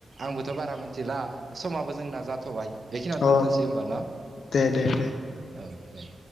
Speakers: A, on the right; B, on the left.
A: आंबोथ बारा मिथिला समाबो जोंना जाथबाय। बेखिनिययाव
B: अ
A: दोन्थसै होनोमबा न
B: दे दे दे
A: औ दे।